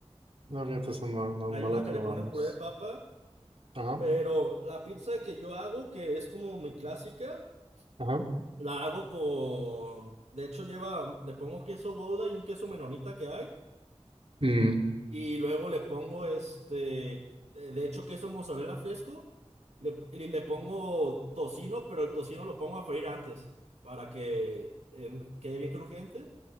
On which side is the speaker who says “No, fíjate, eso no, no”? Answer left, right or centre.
Right